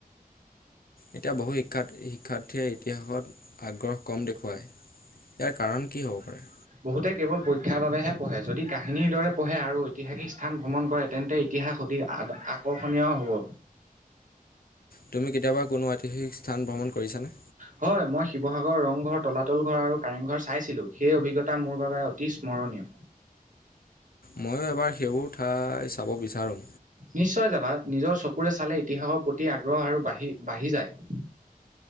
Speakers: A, on the left; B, on the right.
A: এতিয়া বহু শিক্ষাত, শিক্ষাৰ্থীয়ে ইতিহাসত আগ্ৰহ কম দেখুৱায়। ইয়াৰ কাৰণ কি হ'ব পাৰে?
B: বহুতে কেৱল পৰীক্ষাৰ বাবেহে পঢ়ে। যদি কাহিনীৰ দৰে পঢ়ে আৰু ঐতিহাসিক স্থান ভ্ৰমণ কৰে তেন্তে ই- তিহাস অধিক আ-আকৰ্ষণীয় হ'ব।
A: তুমি কেতিয়াবা কোনো ঐতিহাসিক স্থান ভ্ৰমণ কৰিছা নে?
B: হয়, মই শিৱসাগৰ, ৰংঘৰ, তলাতল ঘৰ আৰু কাৰেং ঘৰ চাইছিলোঁ। সেই অভিজ্ঞতা মোৰ বাবে অতি স্মৰণীয়।
A: ময়ো এবাৰ সেইবোৰ ঠাই চাব বিচাৰোঁ।
B: নিশ্চয় যাবা। নিজৰ চকুৰে চালে ইতিহাসৰ প্ৰতি আগ্ৰহ আৰু বাঢ়ি-বাঢ়ি যায়।